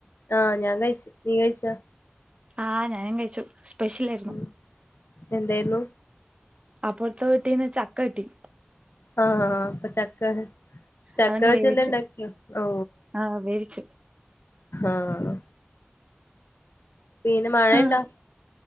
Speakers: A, on the left; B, on the right.
A: ആഹ് ഞാൻ കഴിച്ചു നീ കഴിച്ച
B: ആഹ് ഞാനും കഴിച്ചു സ്പെഷ്യൽ ആായിരുന്നു
A: ഉം എന്തായിരുന്നു
B: അപ്പറത്തെ വിട്ടീന്ന് ചക്ക കിട്ടി
A: ആഹ് അപ്പ ചക്ക ചക്കവച്ച
B: അതങ്ങ് വേവിച്ച്
A: എന്താ ഉണ്ടാക്കിയോ ഓ
B: ആഹ് വേവിച്ച്
A: ആഹ പിന്നെ മഴയുണ്ടാ
B: ആഹ്